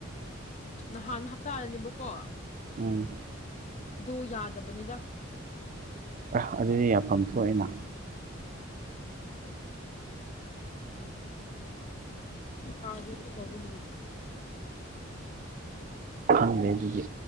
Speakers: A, on the left; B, on the right.
A: ꯅꯍꯥꯟ ꯍꯞꯇꯥꯗꯅꯦꯕꯀꯣ
B: ꯃꯅꯤ
A: ꯑꯗꯨ ꯌꯥꯗꯕꯅꯤꯗ
B: ꯑ ꯑꯗꯨꯗꯤ ꯌꯥꯐꯝ ꯊꯣꯛ ꯑꯦꯅ
A: <unintelligible> ꯀꯥꯔꯁꯦ ꯀꯩꯗꯧꯕꯒꯤꯅꯣ
B: ꯈꯪꯗꯦ ꯑꯗꯨꯗꯤ